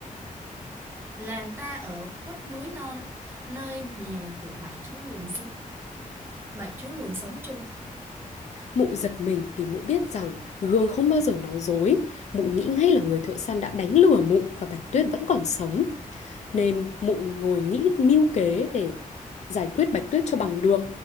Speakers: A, on the right; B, on the left.
A: làng ta ở khuất núi non, nơi nhà của bảy chú lùn sinh, bảy chú lùn sống chung.
B: Mụ giật mình vì mụ biết rằng Gương không bao giờ nói dối. Mụ nghĩ ngay là người thợ săn đã đánh lừa mụ và Bạch Tuyết vẫn còn sống. Nên mụ ngồi nghĩ mưu kế để giải quyết Bạch Tuyết cho bằng được.